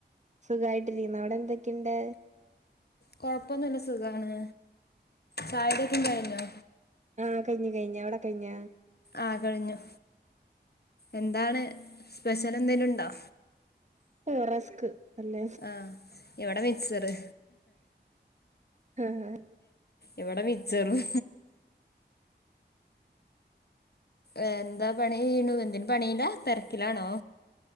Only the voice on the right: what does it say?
സുഖായിട്ടിരിക്കുന്നു. അവിടെന്തൊക്കെയുണ്ട്?
ആഹ കഴിഞ്ഞു കഴിഞ്ഞ്. അവ്ടെ കഴിഞ്ഞ?
ഓ റസ്ക്. അല്ല
ആഹ്